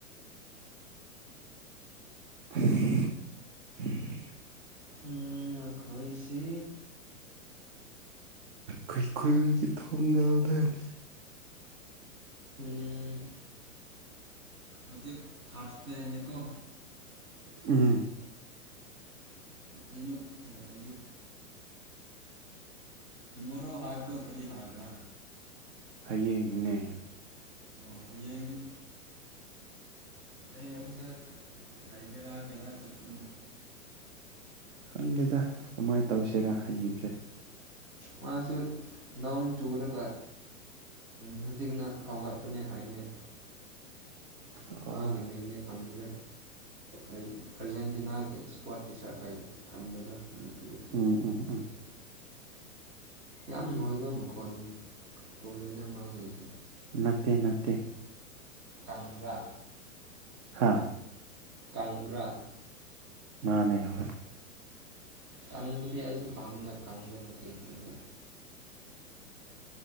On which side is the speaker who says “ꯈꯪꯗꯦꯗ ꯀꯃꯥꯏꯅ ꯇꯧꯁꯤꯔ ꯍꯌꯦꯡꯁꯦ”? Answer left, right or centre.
Right